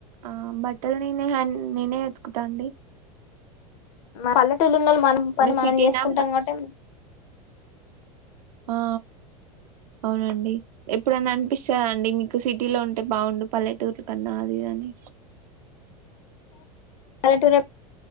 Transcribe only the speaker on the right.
ఆ బట్ బట్టలు నేనే హన్ నేనే ఉతుకుతా అండి
మీ
సిటీనా
ఆ అవునండి ఎప్పుడన్నా అనిపిస్తదా అండి మీకు సిటీలో ఉంటే బాగుండు పల్లెటూర్ల కన్నా అది ఇది అని